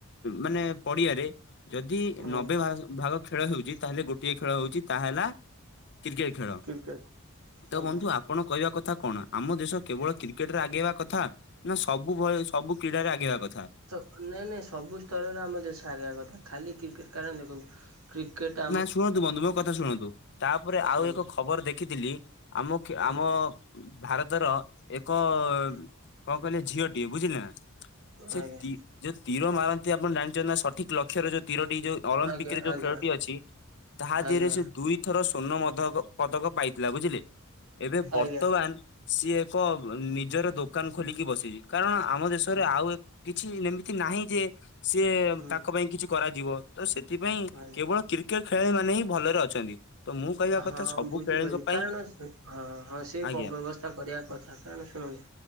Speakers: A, on the left (about 55°); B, on the right (about 85°).
A: ମାନେ ପଡିଆରେ ଯଦି
B: ହୁଁ
A: ନବେ ଭ ଭାଗ ଖେଳ ହେଉଛି ତାହେଲେ ଗୋଟିଏ ଖେଳ ହଉଛି ତାହାହେଲା କ୍ରିକେଟ ଖେଳ
B: କ୍ରିକେଟ
A: ତ
B: ଆଜ୍ଞା
A: ବନ୍ଧୁ ଆପଣ କହିବା କଥା କଣ ଆମ ଦେଶ କେବଳ କ୍ରିକେଟରେ ଆଗେଇବା କଥା ନା ସବୁ ଭଳି ସବୁ କ୍ରୀଡାରେ ଆଗେଇିବା କଥା?
B: ନାଇଁ ନାଇଁ ସବୁ ସ୍ତରରେ ଆମ ଦେଶ ଆଗା କଥା ଖାଲି କ୍ରିକେଟ କାରଣ ଦେଖନ୍ତୁ କ୍ରିକେଟା
A: ନା ଶୁଣନ୍ତୁ ବନ୍ଧୁ ମୋ କଥା ଶୁଣନ୍ତୁ ତାପରେ ଆଉ
B: ହୁଁ
A: ଏକ ଖବର ଦେଖିଥିଲି ଆମ ଖେ
B: ହୁଁ
A: ଆମ ଭାରତର ଏକ
B: ହୁଁ
A: କଣ କହିଲେ ଝିଅଟିଏ ବୁଝିଲେ ନା ସେ
B: ଆଜ୍ଞା
A: ଯୋଉ ତୀର ମାରନ୍ତି ଆପଣ ଜାଣିଛନ୍ତି ନା ସ ଠିକ ଲକ୍ଷ୍ୟର ଯୋଉ ତିରଟି ଯୋଉ ଅଲମ୍ପିକ
B: ଆଜ୍ଞା
A: ରେ ଯୋଉ
B: ଆଜ୍ଞା
A: ଖେଳଟି ଅଛି ତାହା
B: ଆଜ୍ଞା
A: ଦେହରେ ସେ ଦୁଇଥର ସ୍ଵର୍ଣ୍ଣ ମଦକ ପଦକ ପାଇଥିଲା ବୁଝିଲେ ଏବେ ବର୍ତ୍ତମାନ
B: ଆଜ୍ଞା
A: ସିଏ ଏକ ନିଜର ଦୋକାନ ଖୋଲିକି ବସିଛି କାରଣ ଆମ ଦେଶରେ
B: ହୁଁ
A: ଆଉ ଏକ କିଛି ଏମିତି ନାହିଁ ଯେ ସିଏ
B: ହୁଁ
A: ତାଙ୍କ ପାଇଁ କିଛି କରାଯିବ। ତ ସେଥିପାଇଁ
B: ଆଜ୍ଞା
A: କେବଳ କ୍ରିକେଟ ଖେଳାଳି ମାନେ ହିଁ ଭଲରେ ଅଛନ୍ତି। ତ ମୁଁ କହିବା
B: ହଁ
A: କଥା ସବୁ
B: ବୁଝିପାରୁଛି।
A: ଖେଳାଳିଙ୍କ ପାଇଁ
B: କାରଣ ହଁ ହଁ ସେ
A: ଆଜ୍ଞା
B: ବ ବ୍ୟବସ୍ଥା କରିବା କଥା। କାରଣ ଶୁଣନ୍ତୁ